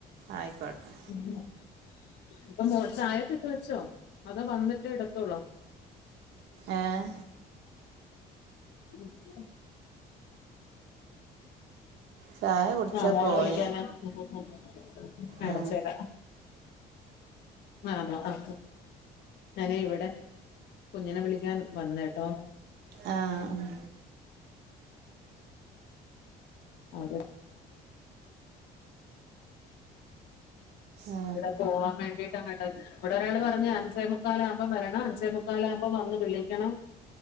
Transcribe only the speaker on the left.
ഉം ഇപ്പ മോള് ചായക്കിട്ട് വെച്ചോ അതോ വന്നിട്ട് ഇടത്തൊള്ളോ?
<unintelligible>
ആഹ് മോള
വിളിക്കാന് ഇപ്പൊ <unintelligible> അടച്ചേടാ
ആണോ ആ ഞാനെ ഇവിടെ കുഞ്ഞിനെ വിളിക്കാൻ വന്നേട്ടോ
<unintelligible>
ഇവടെ പോവാൻ വേണ്ടിട്ട് അങ്ങട്ട് ഇവടെ ഒരാള് പറഞ്ഞ് അഞ്ചേമു മുക്കാലാവുമ്പം വരണം അഞ്ചേ മുക്കാലക്കുപ്പോൾ വന്ന് വിളിക്കണം.